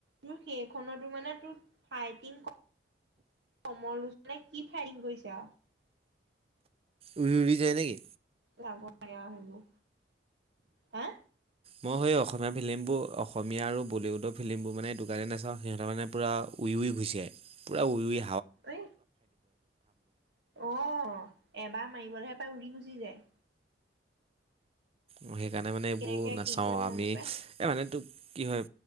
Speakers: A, on the right (about 70°); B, on the right (about 35°).
A: তোৰ সেইখনতো মানে ফাইটিং সমমৰ। মানে কি ফায়ৰিং কৰিছা।
B: উৰি উৰি যায় নেকি।
A: যাব লাগে আও সেইবোৰ হে।
B: মই সেই অসমীয়া ফিলিমবোৰ অসমীয়া আৰু বলিউডৰ ফিলিমবোৰ মানে দোকণে নাচাওঁ সিহঁতে মানে পূৰা উইৰি ঘুচিয়ায় পূৰা উইই।
A: এ অ এবাৰ মাৰিবলৈহে। উৰি গুচি যায়।
B: বহি। সেইকাৰণে মানে এইবোৰ
A: কেনেকে
B: নাচাওঁ
A: কি কৰে জানো
B: আমি
A: পাই।
B: এই মানে তোক। কি হয়